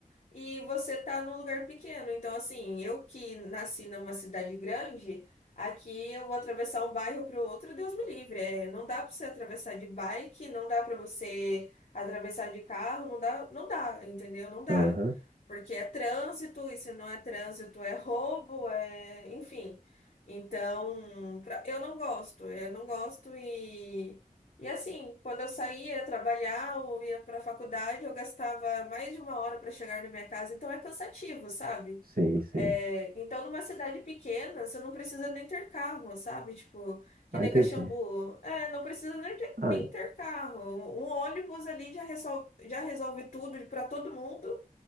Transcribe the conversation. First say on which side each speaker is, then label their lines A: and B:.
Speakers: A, on the left; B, on the right.
A: e você tá num lugar pequeno. Então, assim, eu que nasci numa cidade grande, aqui eu vou atravessar um bairro pro outro, Deus me livre. É, não dá pra você atravessar de bike, não dá pra você atravessar de carro, não dá, não dá, entendeu? Não dá.
B: Aham,
A: Porque é trânsito, e se não é trânsito, é roubo, é, enfim. Então, pra- eu não gosto, eu não gosto e e assim, quando eu saía trabalhar ou ia para a faculdade, eu gastava mais de uma hora para chegar na minha casa, então é cansativo, sabe?
B: Sim, sim.
A: É, então, numa cidade pequena, você não precisa nem ter carro, sabe? Tipo, que
B: Ah,
A: nem
B: entendi.
A: Caxambu. É, não precisa nem ter,
B: Ah,
A: nem ter carro. Um um ônibus ali já resolve, já resolve tudo para todo mundo